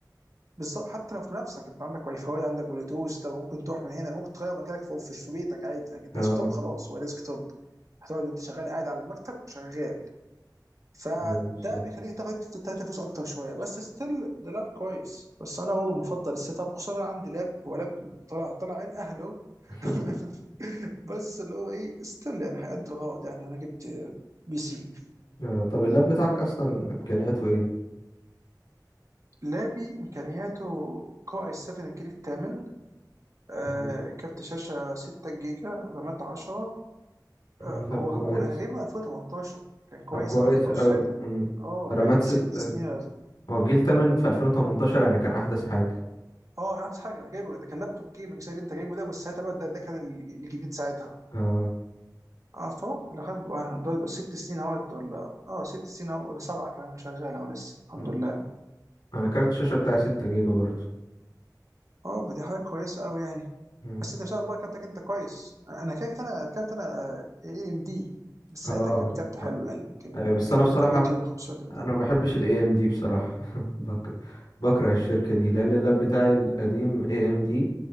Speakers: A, on the right; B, on the left.
A: بالظبط حتى لو في نفسك انت عندك واي فاي عندك بلوتوث ده ممكن تروح من هنا ممكن تغير مكانك في في في بيتك عادي لكن الديسك
B: اه
A: توب خلاص هو ديسك توب هتقعد وانت شغال قاعد على المكتب شغال فده
B: ايوه بالظبط
A: بيخليك تاخد تلاتة فلوس اكتر شويه بس ستيل ده لاب كويس بس انا برضه بفضل السيت اب خصوصا انا عندي لاب هو لاب طلع طلع عين اهله
B: <laughs>
A: <laughs> بس اللي هو ايه ستيل يعني هيأدي الغرض يعني انا جبت بي سي
B: آه، طب اللاب بتاعك اصلا امكانياته ايه
A: لابي امكانياته كو اي 7 الجيل الثامن آه،
B: طيب.
A: كارت شاشة 6 جيجا رامات 10 آه،
B: مم، طب
A: هو
B: كويس
A: هو أنا جايبه 2018 كان كويس
B: طب كويس
A: أوي 2018
B: اوي
A: ساعتها
B: مم.
A: اه
B: رامات
A: يعني من
B: ست
A: ست سنين ولا-
B: هو الجيل التامن في 2018 يعني كان أحدث حاجة
A: اه يعني حاجة أنا جايبه ده كان لابتوب جيمنج زي اللي أنت جايبه ده بس ساعتها بقى ده, ده كان ال- الجديد ساعتها
B: اه
A: اه فهو ده خد واحد- دول بس ست سنين اهوت ولا اه ست سنين اهو ولا سبعة كمان شغالة ولسه الحمد
B: م.
A: لله
B: أنا كارت الشاشة بتاعي 6 جيجا برضه
A: اه ما دي حاجه كويسه قوي يعني
B: م.
A: بس انت ما شاء الله كابتنك انت كويس انا كابت انا كابت انا اي ام دي بس
B: اه
A: ساعتها كان كابت حلو يعني كان
B: أيوة بس
A: كان
B: أنا بصراحة
A: راديون 35
B: أنا ما بحبش ال AMD بصراحة <laughs> بك... بكره الشركة دي لأن اللاب بتاعي القديم AMD